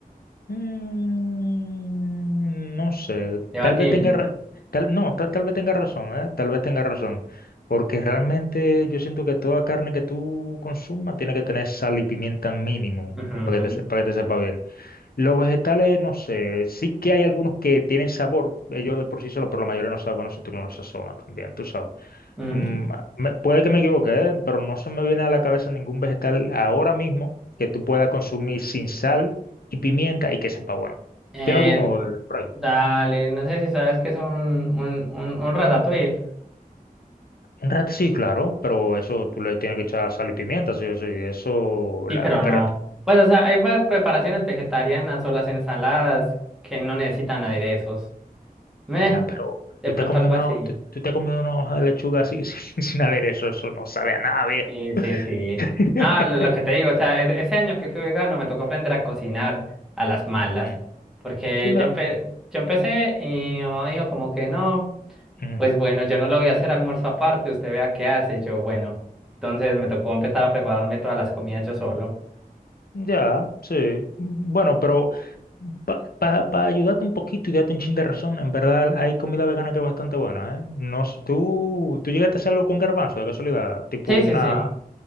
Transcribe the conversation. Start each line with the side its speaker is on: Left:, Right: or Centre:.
Left: Mm, no sé,
Centre: debatible.
Left: tal vez tenga ra- tal, no, ta- tal, vez tenga razón, ¿eh? Tal vez tenga razón. Porque realmente yo siento que toda carne que tú consumas tiene que tener sal y pimienta mínimo
Centre: Ujú,
Left: para que te, se- para que te sepa bien. Los vegetales, no sé, sí que hay algunos que tienen sabor, ellos de por sí solo pero la mayoría no saben, bueno, si tú no los sazonas también, tú sabes.
Centre: ujú.
Left: Mm, ah, me- puede que me equivoque, ¿eh? pero no se me viene a la cabeza ningún vegetal ahora mismo que tú puedas consumir sin sal y pimienta y que sepa bueno.
Centre: Eh,
Left: ¿Tiene alguno eh, por ahí?
Centre: dale, no sé si sabes que es un, un, un, un ratatouille,
Left: Un rat sí, claro, pero eso tú le tienes que echar sal y pimienta, sí, sí, eso,
Centre: sí,
Left: la,
Centre: pero
Left: espérate,
Centre: no. Pues o sea, hay va- preparaciones vegetarianas o las ensaladas que no necesitan aderezos. Meh.
Left: ya, pero
Centre: De
Left: tú
Centre: pronto
Left: te has comido
Centre: algo
Left: una,
Centre: así.
Left: tú, tú te has comido una hoja de lechuga así <laughs> sin, sin haber eso, eso no sabe a nada, viejo.
Centre: Sí, sí, sí.
Left: <laughs>
Centre: Ah, lo, lo que te digo, o sea, e- ese año que fui vegano me tocó aprender a cocinar a las malas,
Left: Mm.
Centre: porque
Left: Sí, mira.
Centre: yo, empe- yo empecé y mi mamá me dijo como que no,
Left: Ujú.
Centre: pues bueno, yo no lo voy a hacer almuerzo aparte, usted vea qué hace, yo bueno. Entonces me tocó empezar a prepararme todas las comidas yo solo.
Left: Ya, sí. Bueno, pero para ayudarte un poquito y darte un chin de razón, en verdad hay comida vegana que es bastante buena, ¿eh? No, s- tú, tú llegaste a hacerlo con garbanzo, de casualidad, tipo
Centre: Sí,
Left: una...
Centre: sí, sí.